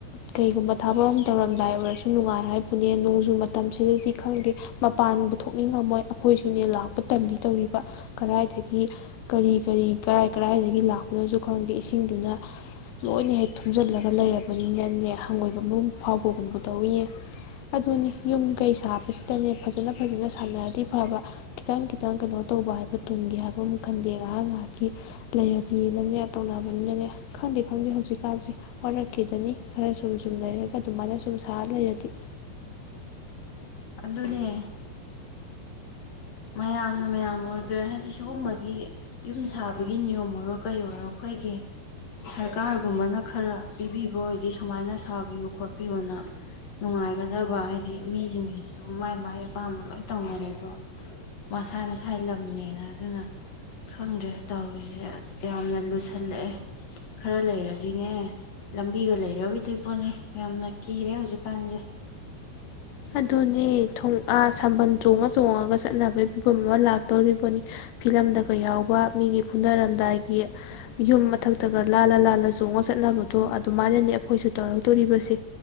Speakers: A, on the left; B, on the left.
A: ꯀꯩꯒꯨꯝꯕ ꯊꯕꯛ ꯑꯃ ꯇꯧꯔꯝꯗꯥꯏ ꯑꯣꯏꯔꯁꯨ ꯅꯨꯡꯉꯥꯏ ꯍꯥꯏꯕꯅꯦ ꯅꯣꯡꯁꯨ ꯃꯇꯝꯁꯤꯗꯗꯤ ꯈꯪꯗꯦ ꯃꯄꯥꯟꯕꯨ ꯊꯣꯛꯅꯤꯡꯉꯝꯃꯣꯏ ꯑꯩꯈꯣꯏꯁꯨꯅꯦ ꯂꯥꯛꯄ ꯇꯜꯂꯤ ꯇꯧꯔꯤꯕ ꯀꯗꯥꯏꯗꯒꯤ ꯀꯔꯤ ꯀꯔꯤ ꯀꯔꯥꯏ ꯀꯔꯥꯏꯗꯒꯤ ꯂꯥꯛꯄꯅꯣꯁꯨ ꯈꯪꯗꯦ ꯏꯁꯤꯡꯗꯨꯅ ꯂꯣꯏꯅ ꯍꯦꯛ ꯊꯨꯝꯖꯤꯜꯂꯒ ꯂꯩꯔꯕꯅꯤꯅꯅꯦ ꯍꯪꯒꯣꯏꯕ ꯃꯑꯣꯡ ꯐꯥꯎꯕꯒꯨꯝꯕ ꯇꯧꯋꯤꯅꯦ ꯑꯗꯨꯅꯤ ꯌꯨꯝ ꯀꯩ ꯁꯥꯕꯁꯤꯗꯅꯦ ꯐꯖꯅ ꯐꯖꯅ ꯁꯥꯟꯅꯔꯗꯤ ꯐꯕ ꯈꯤꯇꯪ ꯈꯤꯇꯪ ꯀꯩꯅꯣ ꯇꯧꯕ ꯍꯥꯏꯕ ꯇꯨꯡꯒꯤ ꯍꯥꯏꯕ ꯑꯃ ꯈꯪꯗꯦ ꯉꯥꯏꯍꯥꯛ ꯉꯥꯏꯍꯥꯛꯀꯤ ꯂꯩꯔꯗꯤꯅꯅꯦ ꯇꯧꯅꯕꯅꯤꯅꯅꯦ ꯈꯪꯗꯦ ꯈꯪꯗꯦ ꯍꯧꯖꯤꯛꯀꯥꯟꯁꯦ ꯋꯥꯔꯛꯀꯦꯗꯅꯤ ꯈꯔ ꯁꯨꯝ ꯁꯨꯝ ꯂꯩꯔꯒ ꯑꯗꯨꯃꯥꯏꯅ ꯁꯨꯝ ꯁꯥꯔ ꯂꯩꯔꯗꯤ
B: ꯑꯗꯨꯅꯦ ꯃꯌꯥꯝꯅ ꯃꯌꯥꯝ ꯑꯣꯏꯈ꯭ꯔꯦ ꯍꯥꯏꯗꯤ ꯁꯤꯒꯨꯝꯕꯒꯤ ꯌꯨꯝ ꯁꯥꯕꯒꯤ ꯅꯤꯌꯣꯝ ꯑꯣꯏꯔꯣ ꯀꯩ ꯑꯣꯏꯔꯣ ꯑꯩꯈꯣꯏꯒꯤ ꯁꯔꯀꯥꯔꯒꯨꯝꯕꯅ ꯈꯔ ꯄꯤꯕꯤꯕ ꯑꯣꯏꯗꯤ ꯁꯨꯃꯥꯏꯅ ꯁꯥꯕꯤꯌꯨ ꯈꯣꯠꯄꯤꯌꯨꯅ ꯅꯨꯡꯉꯥꯏꯒꯗꯕ ꯍꯥꯏꯗꯤ ꯃꯤꯁꯤꯡꯁꯤꯁꯨ ꯃꯥꯏ ꯃꯥꯏ ꯑꯄꯥꯝꯕ ꯂꯣꯏ ꯇꯧꯅꯔꯦ ꯑꯗꯣ ꯃꯁꯥ ꯃꯁꯥꯏ ꯂꯝꯅꯦꯅ ꯑꯗꯨꯅ ꯈꯪꯗ꯭ꯔꯦ ꯇꯧꯔꯤꯁꯦ ꯌꯥꯝꯅ ꯂꯨꯁꯜꯂꯛꯑꯦ ꯈꯔ ꯂꯩꯔꯗꯤꯅꯦ ꯂꯝꯕꯤꯒ ꯂꯩꯔꯛ ꯑꯣꯏꯗꯣꯏ ꯄꯣꯠꯅꯤ ꯌꯥꯝꯅ ꯀꯤꯔꯦ ꯍꯧꯖꯤꯛꯀꯥꯟꯁꯦ
A: ꯑꯗꯨꯅꯦ ꯊꯨꯡ ꯊꯥꯕꯜ ꯆꯣꯡꯉ ꯆꯣꯡꯉꯒ ꯆꯠꯅꯕꯒꯤ ꯐꯤꯕꯝ ꯑꯃ ꯂꯥꯛꯇꯧꯔꯤꯕꯅꯤ ꯐꯤꯂꯝꯗꯒ ꯌꯥꯎꯕ ꯃꯤꯒꯤ ꯐꯨꯅꯔꯝꯗꯥꯏꯒꯤ ꯌꯨꯝ ꯃꯊꯛꯇꯒ ꯂꯥꯜꯂ ꯂꯥꯜꯂ ꯆꯣꯡꯉ ꯆꯠꯅꯕꯗꯣ ꯑꯗꯨꯃꯥꯏꯅꯅꯤ ꯑꯩꯈꯣꯏꯁꯨ ꯇꯧꯔꯛꯇꯣꯔꯤꯕꯁꯦ